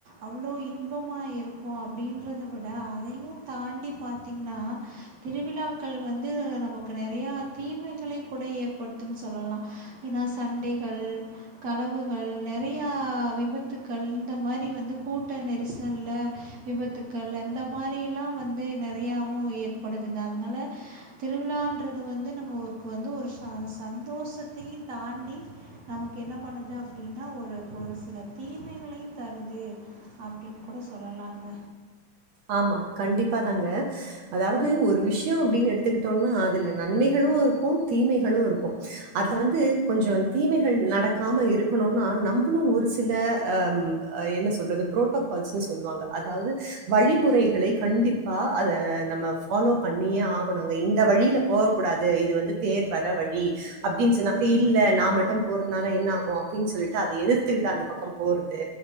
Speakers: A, on the right; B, on the right.
A: அவ்ளோ இன்பமா இருக்கு அப்டின்றத விட அதயு தாண்டி பாத்தீங்கன்னா திருவிழாக்கள் வந்து நமக் கு நெறையா தீமைகளை கூட ஏற்படுத்துன் சொல்லலா ஏன்னா சண்டைகள் கலவுகள் நெறையா விபத்துக்கள் இந்த மாரி வந்து கூட்ட நெரிசல்ல விபத்துக்கள் அந்த மாரிலா வந்து நெறையாவு ஏற்படுதுங்க அதனால திருவிழான்றது வந்து நம்மக்கு வந்து ஒரு ச சந்தோஷத்தையு தாண் டி நமக்கு என்ன பண்ணுது அப்டின்னா ஒரு ஒரு சில தீமைகளையு தருது அப்டின் கூட சொல்லலாங்க
B: ஆமா கண்டிப்பா தாங்க அதாவது ஒரு விஷயோ அப்டின்னு எடுத்துக்கிட்டோன்னா அதுல நன்மைகளு இருக்கு தீமைகளு இருக்கு அதுல வந்து கொஞ்ச தீமைகள் நடக்காம இருக்கணுனா நம்புளு ஒரு சில அ அ என்ன சொல்றது பு்ரோட்டோகால்ஸ்ன்னு சொல்லுவாங்க அதாவது வழிமுறைகளை கண்டிப்பா அத நம்ம ஃபாலோ பண்ணியே ஆகணுங்க இந்த வழில போக கூடாது இது வந்து தேர் வர வழி அப்டின் சொன்னாக்க இல்ல நா மட்டு போறதுனால என்ன ஆகு அப்டின் சொல்லிட்டு அத எதிர்த்துக்கிட்டு அந்த பக்க போறது